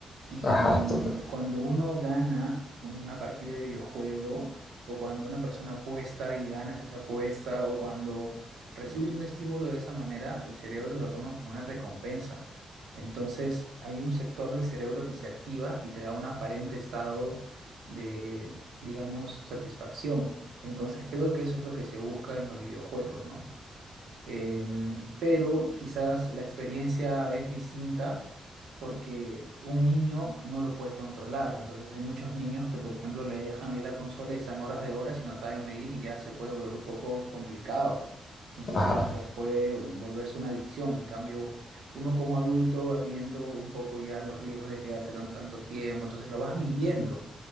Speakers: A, on the right (about 80°); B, on the left (about 40°).
A: Y
B: Ajá,
A: mm,
B: total.
A: cuando uno gana una partida de videojuego, o cuando una persona apuesta y ganas esa apuesta, o cuando recibes un estímulo de esa manera, el cerebro lo toma como una recompensa. Entonces, hay un sector del cerebro que se activa y te da un aparente estado de, digamos, satisfacción. Entonces, creo que eso es lo que se busca en los videojuegos, ¿no? Em, pero quizás la experiencia es distinta porque un niño no lo puede controlar. Entonces hay muchos niños que, por ejemplo, le dejan ahí la consola y están horas de horas y no saben medir y ya se puede volver un poco complicado. Inclusive
B: Ajá.
A: hasta puede volverse una adicción. En cambio, uno como adulto va viendo un poco ya los riesgos de quedarse tan, tanto tiempo, entonces lo vas midiendo.